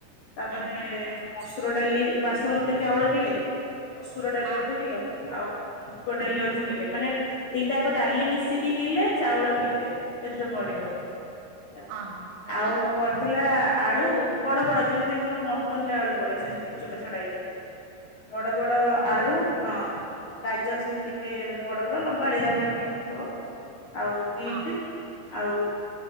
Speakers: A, on the left; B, on the right.
A: ତାପରେ
B: ହୁଁ
A: ମସୁର ଡାଲି ବାଶୁମତୀ ଚାଉଳ କିଲେ ମସୁର ଡାଲି
B: ହଁ
A: ଅଧ କିଲୋ ଆଉ ମୁଗଡାଲି ଅଧ କିଲେ ମାନେ ଦିଟାକ ଡାଲି ମିଶିକି କିିଲେ ଚାଉଳ କିିଲେ ସେଥିରେ ପଢିବ ହେଲା।
B: ହଁ ହଁ। ତାପରେ
A: ଆଉ ପଡ଼ି ଥିଲା ଆଳୁ ବଡ଼ବଡ଼ ଯେମିତି ଆମର ମଟନ ରେ ଆଳୁ ପଡ଼େ ସେମିତି। ଚୋପ ଛଡ଼ା ହେଇକି ବଡ ବଡ ଆଳୁ ହଁ ଗାଜର ସେମିତି ଟିକେ ବଡ଼ ବଡ଼ ଲମ୍ବାଳିଆ କରିକି ପକେଇବ ଆଉ ବିଟ୍
B: ହଁ
A: ଆଉ